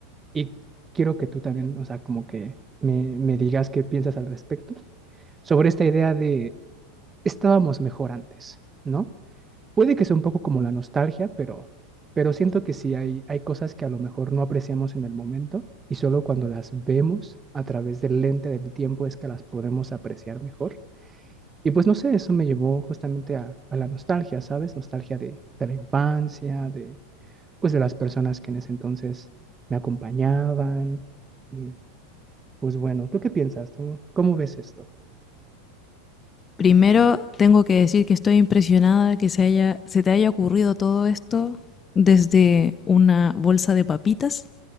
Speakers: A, on the right; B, on the left.
A: y quiero que tú también, o sea, como que me, me digas qué piensas al respecto sobre esta idea de estábamos mejor antes, ¿no? Puede que sea un poco como la nostalgia, pero, pero siento que sí hay, hay cosas que a lo mejor no apreciamos en el momento y solo cuando las vemos a través del lente del tiempo es que las podemos apreciar mejor. Y pues no sé, eso me llevó justamente a, a la nostalgia, ¿sabes? Nostalgia de, de la infancia, de, pues de las personas que en ese entonces me acompañaban. Y, pues bueno, ¿tú qué piensas? ¿Tú cómo ves esto?
B: Primero tengo que decir que estoy impresionada que se haya, se te haya ocurrido todo esto desde una bolsa de papitas.